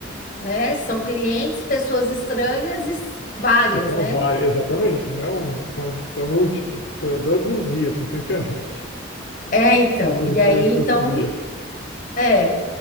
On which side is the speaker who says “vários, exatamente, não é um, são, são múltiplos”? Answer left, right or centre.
Left